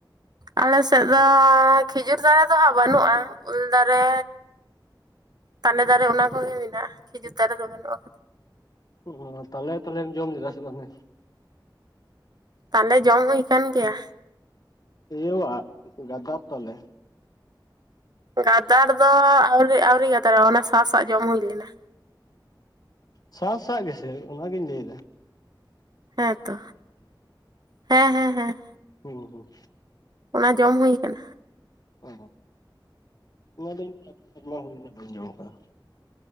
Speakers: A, on the right (about 55°); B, on the left (about 50°).
A: ᱟᱞᱮ ᱥᱮᱫ ᱫᱚ ᱠᱷᱤᱡᱩᱨ ᱫᱟᱨᱮ ᱫᱚ ᱦᱟᱸᱜ ᱵᱟᱹᱱᱩᱜᱼᱟ ᱩᱞ ᱫᱟᱨᱮ ᱛᱟᱱᱮ ᱫᱟᱨᱮ ᱚᱱᱟ ᱠᱚᱜᱮ ᱢᱮᱱᱟᱜᱼᱟ ᱠᱷᱤᱡᱩᱨ ᱫᱟᱨᱮ ᱫᱚ ᱵᱟᱹᱱᱩᱜᱼᱟ
B: ᱚ ᱛᱟᱦᱚᱞᱮ ᱛᱟᱞᱮᱢ ᱡᱚᱢ ᱞᱮᱫᱟ ᱥᱮ ᱵᱟᱝᱟ
A: ᱛᱟᱞᱮ ᱡᱚᱢ ᱦᱩᱭ ᱠᱟᱱ ᱜᱮᱭᱟ
B: ᱤᱭᱟᱹᱣᱟᱜ ᱜᱟᱫᱟᱨ ᱛᱟᱞᱮ
A: ᱜᱟᱫᱟᱲ ᱫᱚ ᱟᱹᱣᱨᱤ ᱟᱹᱣᱨᱤ ᱜᱟᱫᱟᱨᱚᱜᱼᱟ ᱚᱱᱟ ᱥᱟᱸᱥᱟᱜ ᱡᱚᱢ ᱦᱩᱭ ᱞᱮᱱᱟ
B: ᱥᱟ ᱥᱟᱜ ᱜᱮᱥᱮ ᱚᱱᱟᱜᱤᱧ ᱞᱮᱭᱫᱟ
A: ᱦᱮᱸ ᱛᱚ ᱦᱮᱸ ᱦᱮᱸ ᱦᱮᱸ
B: ᱦᱩᱸ ᱦᱩᱸ
A: ᱚᱱᱟ ᱡᱚᱢ ᱦᱩᱭ ᱠᱟᱱᱟ
B: ᱚ ᱚᱱᱟᱫᱩᱧ ᱟᱹᱰᱤ ᱥᱮᱨᱢᱟ ᱦᱩᱭᱱᱟ ᱵᱟᱹᱧ ᱡᱚᱢ ᱟᱠᱟᱫᱟ